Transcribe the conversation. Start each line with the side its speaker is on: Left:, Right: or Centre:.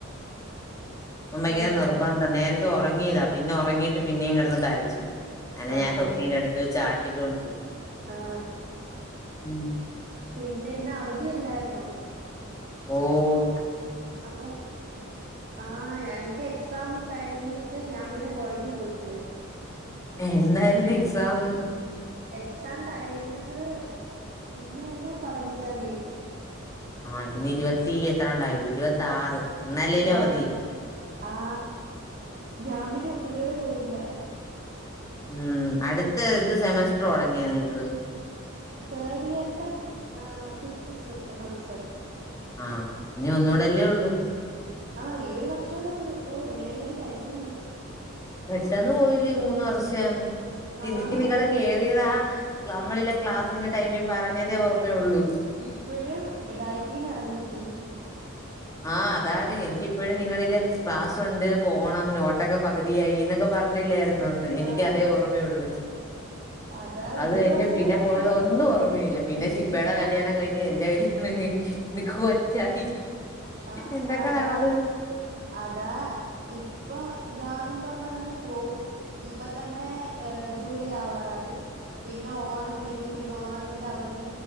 Left: ഓം ഭയങ്കര
Right: ആഹ്
Left: നിർബന്ധം നേരത്തെ ഉറങ്ങിയതാ. പിന്നെ ഉറങ്ങീട്ട് പിന്നെയും കിടന്ന് കരച്ചിൽ അങ്‌നെ
Right: ആഹ്
Left: ഞാൻ തൊട്ടിയിലെടുത്ത് വെച്ച് ആട്ടി കൊൻ
Right: ആഹ്
Left: ഉം
Right: പിന്നെ ഇന്ന് അവധില്ലായിരുന്നോ?
Left: ഓഹ്
Right: അപ്പം ആഹ് ഞങക്ക് എക്സാം കഴിഞ്ഞിട്ട് ഞാൻ പിന്നെ കോളേജി പോയിട്ടില്ല
Left: എന്നായിരുന്നു എക്സാമ്
Right: എക്സാം കഴിഞ്ഞത് എന്നായിരുന്നു പതിനഞ്ചാം തീയതി
Left: ആഹ് ഇന്ന് ഇരുപത്തി എത്രാണ്ടായി ഇരുപത്തി ആറ് ഇന്നല്ലേലും
Right: ആ
Left: അവധിയില്ലേ
Right: ആ ഞാൻ പിന്നെയിപ്പതുവരെ പോയില്ല
Left: ഉം അടുത്ത ഇത് സെമസ്റ്റർ തൊടങ്ങിയ നിങ്ങക്ക്
Right: തേർഡ് ഇയറിന്റെ ഫിഫ്ത് സെമസ്റ്റർ
Left: ആ ഇനി ഒന്നൂടല്ലേ ഒള്ളൂ
Right: ആ ഈ ഒരു വർഷോടെ ഉള്ളൂ ഓ എങ്ങനെ എങ്കിലും ഒന്ന് കഴിഞ്ഞാൽ മതി
Left: പെട്ടെന്ന് പോയില്ലേ മൂന്ന് വർഷം എനിക്ക്
Right: ആഹ്
Left: നിങ്ങള് കേറിയതാ നമ്മളില്ലെ ക്ലാസിന്റെ ടൈമിൽ പറഞ്ഞതേ ഓർമ്മയുള്ളു
Right: ഇപ്പോഴും ഡയറ്റീന്ന് ഇറങ്ങിയിട്ടില്ല
Left: ആ അതാണ് എനിക്കിപ്പോഴും നിങ്ങളില്ലേ ക്ലാസ്സുണ്ട് പോണം നോട്ടൊക്കെ പകുതിയായി എന്നൊക്കെ പറഞ്ഞില്ലായി എനിക്ക്
Right: ആഹ്
Left: അതേ ഓർമയുള്ള്
Right: അതാ
Left: അത്
Right: ഈ
Left: കഴിഞ്ഞ്
Right: ഒരു വർഷൂടെ
Left: പിന്നെ
Right: കഴിയുമ്പോ
Left: പോയത് ഒന്നും ഓർമ്മയില്ല പിന്നെ ശിൽപ്പയുടെ
Right: ഇപ്പം
Left: കല്യാണം കഴിഞ്ഞ് എന്റെ കല്യാ ഞ്ഞ് എനിക്ക് കൊച്ചായി
Right: ആ
Left: എന്തൊക്കെ
Right: അതാ
Left: നടന്ന്
Right: അതാ ഇപ്പൊ ഇതാന്ന് പറഞ്ഞതങ്ങ് പോവും ഇപ്പ തന്നെ ജൂലൈ ആവാറായി പിന്നെ ഓണം വരും പിന്നെ ഓണത്തിന്റെ അവധി